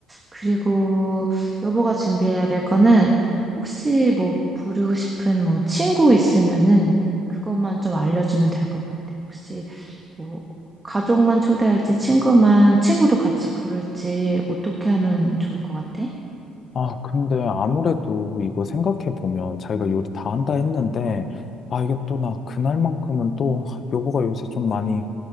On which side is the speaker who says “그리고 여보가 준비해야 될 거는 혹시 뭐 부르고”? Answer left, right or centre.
Right